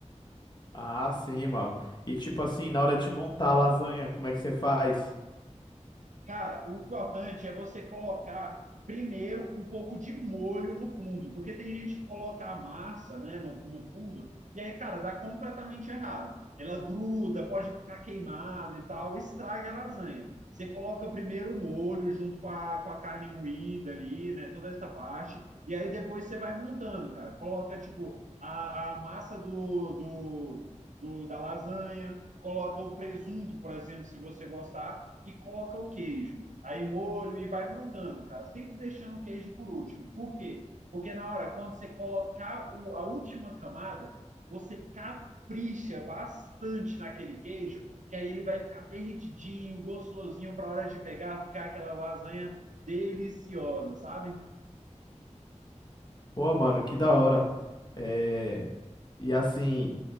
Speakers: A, on the left; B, on the right.
A: Ah, sim, mano. E tipo assim, na hora de montar a lasanha, como é que você faz?
B: Cara, o importante é você colocar primeiro um pouco de molho no fundo, porque tem gente que coloca a massa, né, no, no fundo, e aí, cara, dá completamente errado. Ela gruda, pode ficar queimado e tal, estraga a lasanha. Você coloca primeiro o molho junto com a, com a carne moída ali, né, toda essa parte, e aí depois você vai montando, cara. Coloca, tipo, a, a massa do, do, do, da lasanha, coloca o presunto, por exemplo, se você gostar e coloca o queijo. Aí molho e vai montando, cara. Sempre deixando o queijo por último. Por quê? Porque na hora, quando você colocar o, a última camada, você capricha bastante naquele queijo, que aí ele vai ficar derretidinho, gostosinho, para a hora de pegar, ficar aquela lasanha deliciosa, sabe?
A: Pô, mano, que da hora. É... E assim.